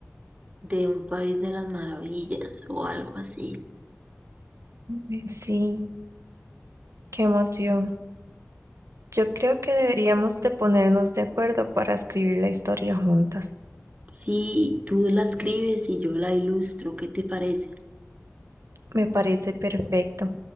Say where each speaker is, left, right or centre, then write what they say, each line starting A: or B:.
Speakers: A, on the right; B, on the right.
A: de un país de las maravillas o algo así.
B: Ay, sí, qué emoción. Yo creo que deberíamos de ponernos de acuerdo para escribir la historia juntas.
A: Sí, tú la escribes y yo la ilustro, ¿qué te parece?
B: Me parece perfecto.